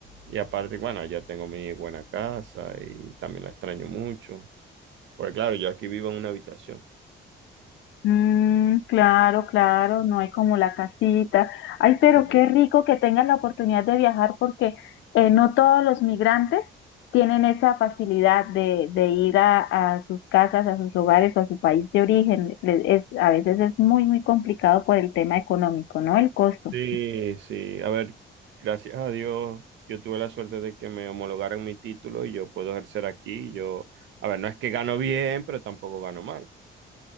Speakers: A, on the right; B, on the left.
A: y aparte, bueno, allá tengo mi buena casa y también la extraño mucho, porque claro, yo aquí vivo en una habitación.
B: Mm, claro, claro, no hay como la casita. Ay, pero
A: Sí,
B: qué rico que tengas la oportunidad de viajar porque eh, no todos los migrantes tienen esa facilidad de, de ir a, a sus casas, a sus hogares o a su país de origen. Le- Es, a veces es muy, muy complicado por el tema económico, ¿no? El costo.
A: sí, sí. A ver, gracias a Dios, yo tuve la suerte de que me homologaran mi título y yo puedo ejercer aquí. Yo, a ver, no es que gano bien, pero tampoco gano mal.